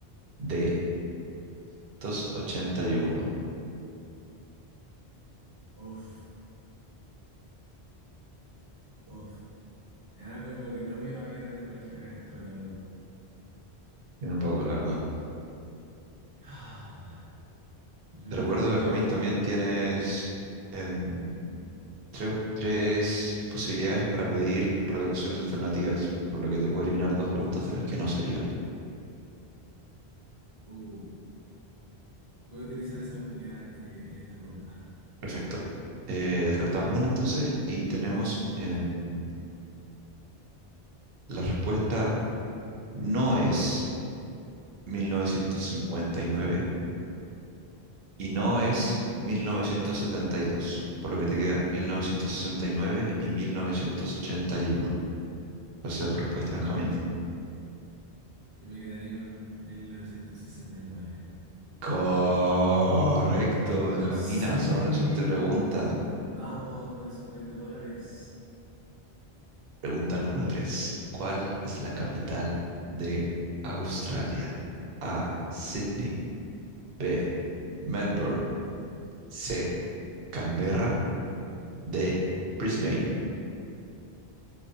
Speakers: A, on the right (about 65°); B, on the right (about 25°).
A: D, 1981.
B: Uf, uf. Era con lo que no me iba bien en el colegio era en historia, amigo.
A: Tiene un poco, la verdad.
B: Ah, Yo
A: Te
B: creo
A: recuerdo,
B: que
A: Benjamín,
B: me voy.
A: también tienes em, tre- tres posibilidades para pedir reducción de alternativas, por lo que te puedo eliminar dos preguntas de las que no serían.
B: Uh, voy a utilizar esa oportunidad eh, en esta pregunta.
A: Perfecto. Eh, descartamos una entonces y tenemos em, la respuesta no es 1959. Y no es 1972, por lo que te queda 1969 y 1981. ¿Cuál será tu respuesta, Benjamín?
B: Yo me quedaré con 1969.
A: Correcto, Benjamín.
B: Sí,
A: Avanzamos a la siguiente pregunta.
B: vamos con esos 20 dólares.
A: Pregunta número 3. ¿Cuál es la capital de Australia? A. Sydney. B. Melbourne. C. Canberra. D. Brisbane.